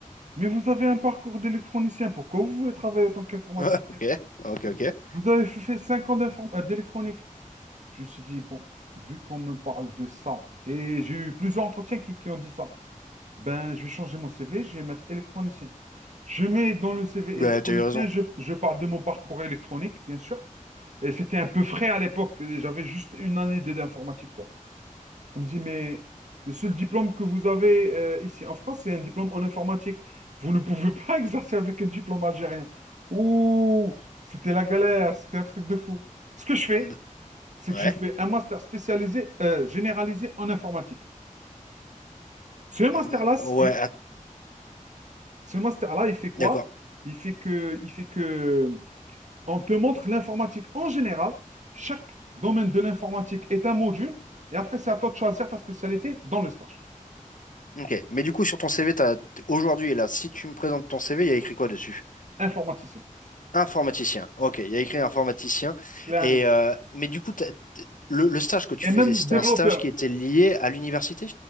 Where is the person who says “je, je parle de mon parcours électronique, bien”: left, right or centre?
Right